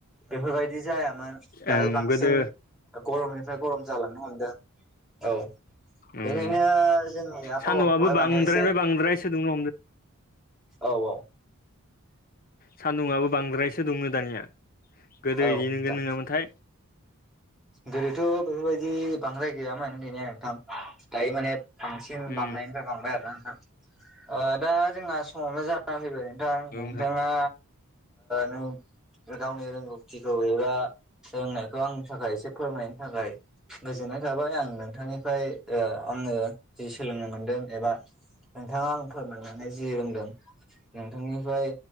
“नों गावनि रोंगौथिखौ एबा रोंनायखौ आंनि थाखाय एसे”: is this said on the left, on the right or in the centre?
Centre